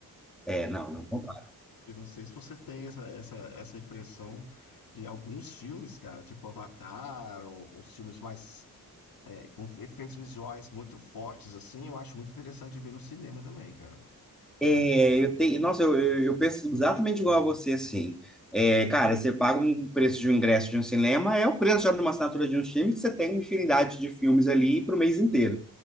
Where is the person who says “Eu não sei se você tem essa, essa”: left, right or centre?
Left